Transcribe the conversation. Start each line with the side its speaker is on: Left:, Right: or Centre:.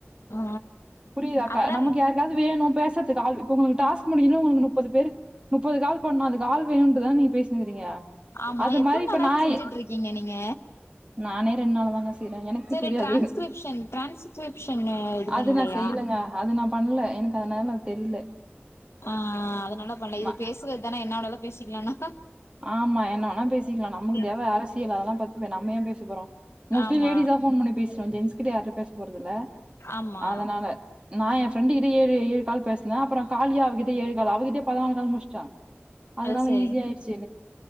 Left: ஆ
Right: புரியுதாக்கா
Left: அப்பனா
Right: நமக்கு யாருக்காவது வேணு பேசத் கால் இப்போ உங்களுக்கு முப்பது பேர் முப்பது கால் பண்ணா அதுக்கு ஆள் வேணுண்டுதான நீங்க பேசினுருக்கிங்க
Left: ஆமா
Right: அது
Left: எத்தன
Right: மாரி இப்ப
Left: நாளா
Right: நாய்
Left: இத செஞ்சுட்டு இருக்கீங்க நீங்க
Right: நானே ரெண்டு நாளாதாங்க செய்யறே எனக்கு
Left: சரி
Right: தெரியாது
Left: டிரான்ஸ்கிரிப்ஷன் டிரான்ஸ்கிரிப்ஷன் இது
Right: அது
Left: பண்ணலையா
Right: நா செய்யலைங்க அது நா பண்ணல எனக்கு அதனால தெரியல
Left: ஆ அதனால்ல பண்ணல இது
Right: ந
Left: பேசுறது தானே என்ன வேணாலு பேசிக்கலான்னா
Right: ஆமா என்ன வேன்னா பேசிக்கலா நமக்கு
Left: ம்
Right: தேவ அரசியல் அதெல்லா பத்து நம்ம ஏ பேச போறோ மோஸ்லி
Left: ஆமா
Right: லேடிஸ் தா போன் பண்ணி பேசுறோ ஜென்டஸ் கிட்ட யாருட்ட பேச போறதுல்ல
Left: ஆமா
Right: அதனால நா ஏ ஃப்ரெண்ட்டு கிட் ஏ ஏல் கால் பேசினே அப்பற காலியா அவகிட்ட ஏலு கால் அவகிட்டே பதினாலு கால் முடிச்சிட்ட அதனால
Left: அது சரி
Right: ஈஸி ஆய்டுச்